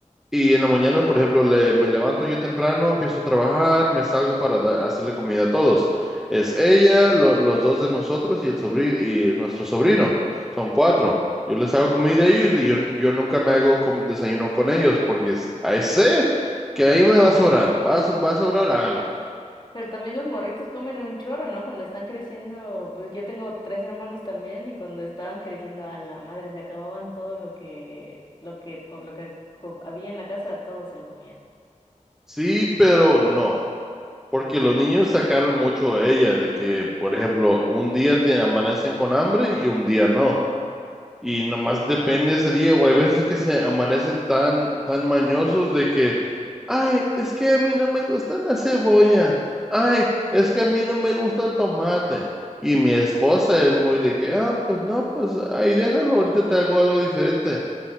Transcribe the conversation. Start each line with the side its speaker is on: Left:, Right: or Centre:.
Centre: Y en la mañana, por ejemplo, le- me levanto yo temprano, empiezo a trabajar, me salgo para da- hacerle comida a todos. Es ella, lo- los dos de nosotros y el sobrino y nuestro sobrino. Son cuatro. Yo les hago comida a ellos y yo, yo nunca me hago com- desayuno con ellos porque s- ahí sé que ahí me va a sobrar, va a, so- va a sobrar algo.
Left: Pero también los morritos comen un chorro, ¿no? Cuando están creciendo, pues yo tengo tres hermanos también y cuando estaban creciendo a la madre se acababan todo lo que, lo que, por lo que co- había en la casa, todo se lo comían.
Centre: Sí, pero no. Porque los niños sacaron mucho a ella de que, por ejemplo, un día tiene, amanecen con hambre y un día no. Y nomás depende ese día, o hay veces que se amanecen tan, tan mañosos de que, ay, es que a mí no me gusta la cebolla, ay, es que a mí no me gusta el tomate. Y mi esposa es muy de que, ah, pues no, pues ahí déjalo, ahorita te hago algo diferente.